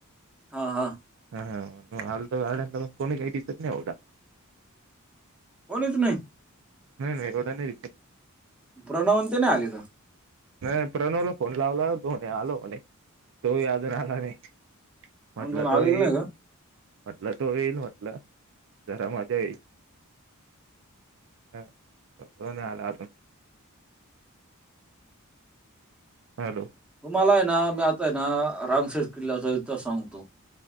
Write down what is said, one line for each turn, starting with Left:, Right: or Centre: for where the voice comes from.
Centre: हा हा
Right: हा हालल्या पण कोणी काही दि तर नाही एवढा
Centre: कोणीच नाही
Right: नाही नाही एवड नाहीच
Centre: प्रणवन ते नाही आले का
Right: नाही प्रणवला फोन लावला होतोणे आलो होणे तोही अजून आला नाही
Centre: आम्ही
Right: म्हटलं
Centre: दोन आलेले
Right: तो येईल
Centre: नाही का
Right: म्हटलं तो येईल म्हटलं जरा माझ्या येईल ह तोनलात हॅलो
Centre: तुम्हाला आहे ना मी आता आहे ना रामशेर किल्ल्याचा इतिहास सांगतो